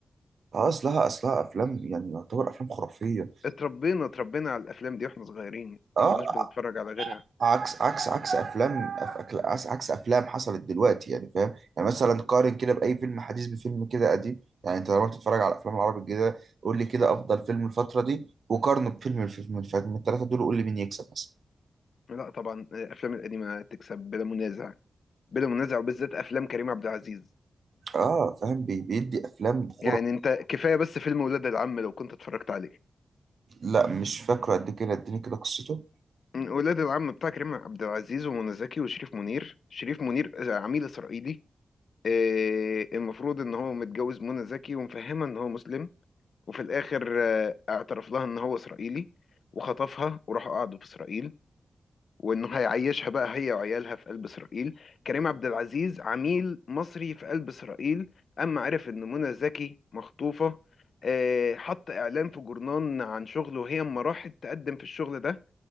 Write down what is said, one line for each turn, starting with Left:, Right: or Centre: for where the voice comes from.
Right: اه اصلها اصلها افلام يعني يعتبر افلام خرافية
Left: اتربينا اتربينا على الافلام دي واحنا صغيرين
Right: اه
Left: ما كناش بنتفرج على غيرها
Right: عكس عكس عكس افلام أف- أكل- عكس عكس افلام حصلت دلوقتي يعني فاهم يعني مثلا قارن كده باي فيلم حديث بفيلم كده قديم يعني انت لما بتتفرج على الافلام العربي الجديدة قول لي كده افضل فيلم الفترة دي وقارنه بفيلم الفيلم اللي فات من الثلاثة دول قول لي مين يكسب مثلا
Left: لا طبعا آه، الافلام القديمة تكسب بلا منازع بلا منازع وبالذات افلام كريم عبد العزيز
Right: اه فاهم بي- بيدي افلام خرافية
Left: يعني انت كفاية بس فيلم ولاد العم لو كنت اتفرجت عليه
Right: لا مش فاكره قد كده اديني كده قصته
Left: م، ولاد العم بتاع كريم عبد العزيز ومنى زكي وشريف منير شريف منير آه، عميل اسرائيلي آه، المفروض ان هو متجوز منى زكي ومفهمها ان هو مسلم وفي الاخر آه، اعترف لها ان هو اسرائيلي وخطفها وراحوا قعدوا في اسرائيل وانه هيعيشها بقى هي وعيالها في قلب اسرائيل كريم عبد العزيز عميل مصري في قلب اسرائيل اما عرف ان منى زكي مخطوفة آه، حط اعلان في جورنان عن شغله وهي اما راحت تقدم في الشغل ده